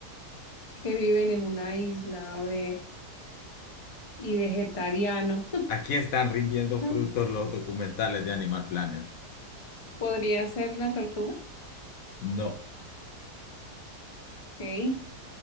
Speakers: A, on the left; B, on the left.
A: que viven en una isla, a ver, y vegetariano.
B: Aquí están rindiendo frutos
A: <laughs>
B: los documentales de Animal Planet.
A: Podría ser una tortuga,
B: No.
A: ok.